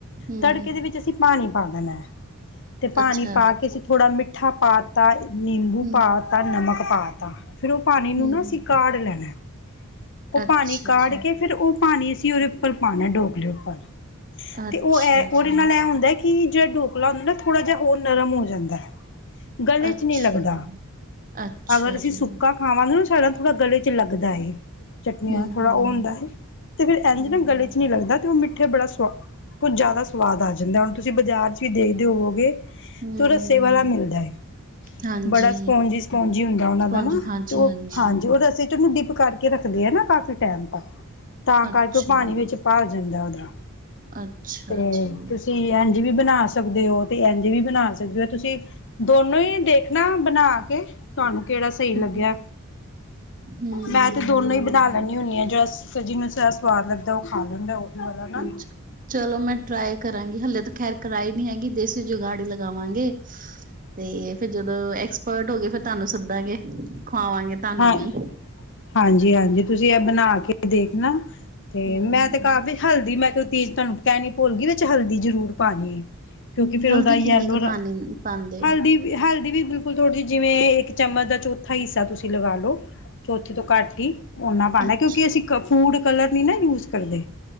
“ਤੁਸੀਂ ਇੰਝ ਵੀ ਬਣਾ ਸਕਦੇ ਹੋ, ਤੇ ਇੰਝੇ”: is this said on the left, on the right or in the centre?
Left